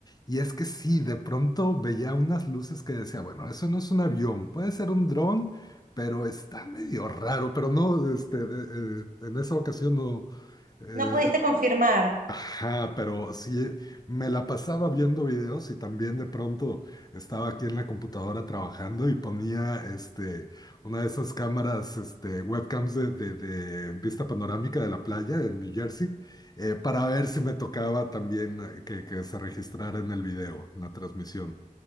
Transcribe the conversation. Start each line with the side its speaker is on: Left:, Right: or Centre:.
Left: Y es que sí, de pronto veía unas luces que decía, bueno, eso no es un avión, puede ser un dron, pero está medio raro, pero no, este, eh, eh, en esa ocasión no, eh,
Right: No pudiste confirmar.
Left: ajá, pero sí, me la pasaba viendo videos y también de pronto estaba aquí en la computadora trabajando y ponía, este, una de esas cámaras, este, webcams de, de- de vista panorámica de la playa en New Jersey, eh, para ver si me tocaba también eh, que, que se registrara en el video, en la transmisión.